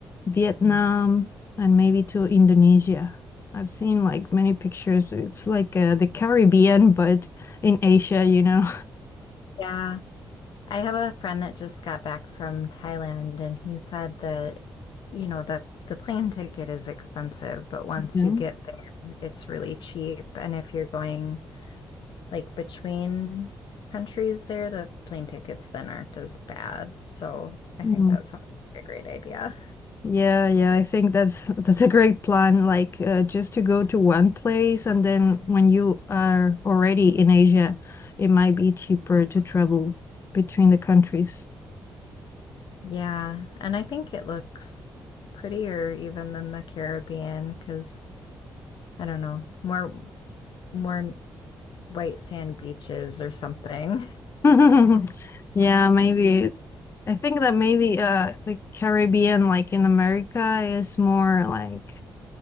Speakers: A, on the left; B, on the left.
A: Vietnam,
B: Mm.
A: and maybe to Indonesia. I've seen like many pictures. It's like uh, the Caribbean, but in Asia, you know.
B: Yeah. I have a friend that just got back from Thailand, and he said that, you know, the the plane ticket is expensive, but
A: <laughs>
B: once you get there, it's really cheap. And if you're going like between countries there, the plane tickets then aren't as bad. So I
A: Yeah.
B: think that sounds like a great idea.
A: Yeah, yeah, I think that's <laughs> that's a great plan. Like uh, just to go to one place and then when you are already in Asia, it might be cheaper to travel between the countries.
B: Yeah, and I think it looks prettier even than the Caribbean because I don't know, more more white sand beaches or something.
A: <laughs> Yeah, maybe it's, I think that maybe uh the Caribbean like in America is more like